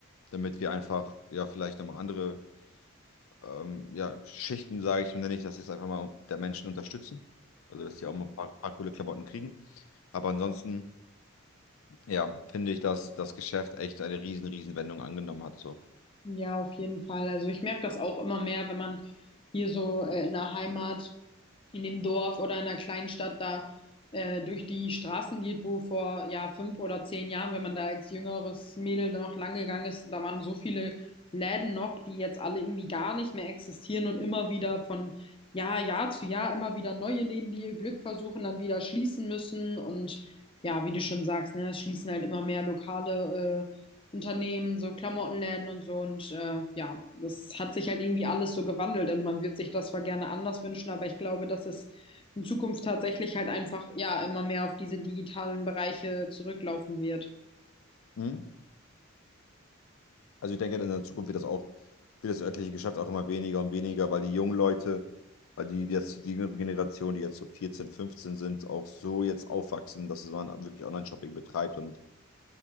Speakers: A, on the left; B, on the left.
A: damit wir einfach ja vielleicht nochmal andere ähm, ja, Schichten, sage ich, nenne ich das jetzt einfach mal, der Menschen unterstützen. Also, dass die auch mal ein paar, paar coole Klamotten kriegen. Aber ansonsten, ja, finde ich, dass das Geschäft echt eine riesen, riesen Wendung angenommen hat. So.
B: Ja, auf jeden Fall. Also ich merke das auch immer mehr, wenn man hier so äh, in der Heimat, in dem Dorf oder in der kleinen Stadt da äh, durch die Straßen geht, wo vor ja fünf oder zehn Jahren, wenn man da als jüngeres Mädel da noch lang gegangen ist, da waren so viele Läden noch, die jetzt alle irgendwie gar nicht mehr existieren und immer wieder von Jahr, Jahr zu Jahr immer wieder neue Läden, die ihr Glück versuchen, dann wieder schließen müssen und ja, wie du schon sagst, ne, es schließen halt immer mehr Lokale äh, Unternehmen, so Klamottenläden und so. Und äh, ja, das hat sich halt irgendwie alles so gewandelt und man wird sich das zwar gerne anders wünschen, aber ich glaube, dass es in Zukunft tatsächlich halt einfach ja immer mehr auf diese digitalen Bereiche zurücklaufen wird.
A: Mhm. Also, ich denke, in der Zukunft wird das auch, wird das örtliche Geschäft auch immer weniger und weniger, weil die jungen Leute, weil die jetzt, die jüngere Generation, die jetzt so 14, 15 sind, auch so jetzt aufwachsen, dass man wirklich Online-Shopping betreibt und